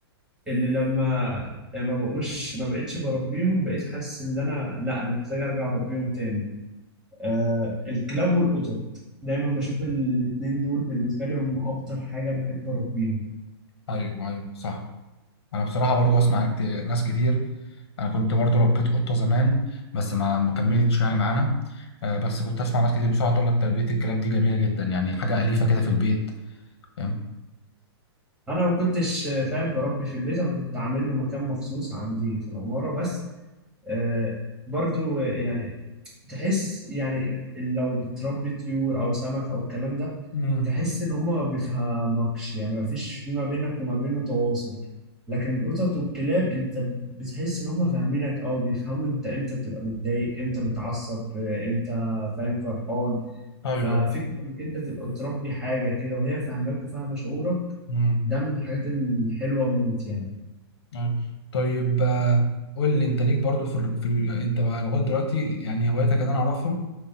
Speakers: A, in the centre; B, on the left.
A: اللي لما ما بقوش ما بقتش بربيهم بقيت حاسس ان انا لا انا محتاج ارجع اربيهم تاني آه الكلاب والقطط دايما بشوف الاتنين دول بالنسبه لي هم اكتر حاجه بحب اربيهم
B: أيوه أيوه صح انا بصراحه برضو اسمع كت- ناس كتير انا كنت برضو ربيت قطه زمان بس ما ما كملتش يعني معانا آه، بس كنت اسمع ناس كتير بصراحه تقول لك تربيه الكلاب دي جميله جدا يعني حاجه اليفه كده في البيت فاهم
A: انا ما كنتش آه، فاهم بربي في البيت انا كنت عامل له مكان مخصوص عندي في العماره بس آه برضو آه، يعني تحس يعني لو بتربي طيور او سمك او الكلام ده
B: امم
A: تحس ان هما ما بيفهمكش يعني ما فيش في ما بينك وما بينه تواصل لكن القطط والكلاب انت بتحس ان هما فاهمينك او بيفهموا انت امتى بتبقى متضايق امتى متعصب امتى فاهم فرحان
B: ايوه
A: ففكرة انك انت تبقى بتربي حاجة كده وهي فاهماك وفاهمة شعورك
B: امم
A: ده من الحاجات الحلوة موت يعني
B: أيوة. طيب آه، قول لي انت ليك برضو في, الر- في ال- انت بقى لغايه دلوقتي يعني هواياتك اللي انا اعرفها